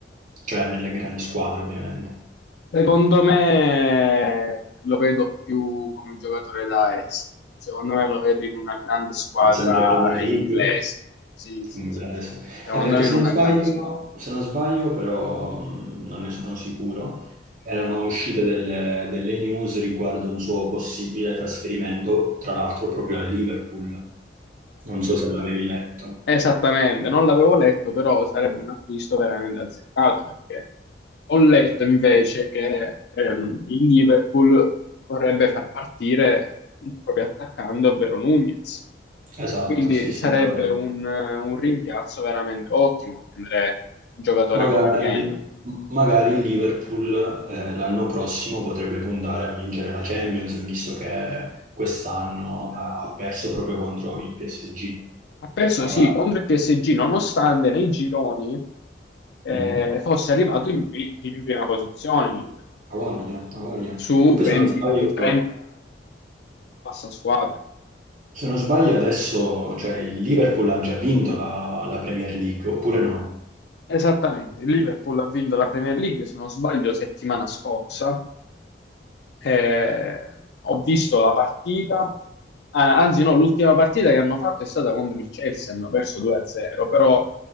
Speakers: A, on the right; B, on the left.
A: Cioè nelle grandi squadre ovviamente.
B: Secondo me lo vedo più come giocatore da est. Secondo me lo vedo in una grande squadra
A: Okay. Sempre Premier League?
B: inglese. Sì, sì,
A: Inglese.
B: sì. Secondo
A: Eh, perché
B: me
A: se
B: in una
A: non sbaglio
B: grande squadra.
A: se non sbaglio però, mhmm, non ne sono sicuro, erano uscite delle delle news riguardo un suo possibile trasferimento, tra l'altro proprio al Liverpool. Non so se l'avevi letto.
B: Esattamente, non l'avevo letto, però sarebbe un acquisto veramente azzeccato perché ho letto invece che ehm, il Liverpool vorrebbe far partire il proprio attaccante, ovvero Nunez.
A: Esatto,
B: Quindi
A: sì, sì,
B: sarebbe
A: allora
B: un, eh, un rimpiazzo veramente ottimo prendere un giocatore
A: magari
B: come Ken.
A: m magari il Liverpool, ehm, l'anno prossimo potrebbe puntare a vincere la Champions, visto che quest'anno ha ha perso proprio contro il PSG.
B: Ha perso
A: Magari.
B: sì contro il PSG, nonostante nei gironi eh,
A: Mh-mh.
B: fosse arrivato in, pri- in prima posizione il Liverpool,
A: A voglia, a voglia.
B: su
A: Che poi
B: 20
A: se non sbaglio
B: punti, passa squadre.
A: se non sbaglio adesso, cioè il Liverpool ha già vinto la la Premier League, oppure no?
B: Esattamente, il Liverpool ha vinto la Premier League, se non sbaglio, settimana scorsa. Eh, ho visto la partita, Ah, anzi
A: Okay.
B: no, l'ultima partita che hanno fatto è stata contro il Chelsea, hanno perso 2-0, però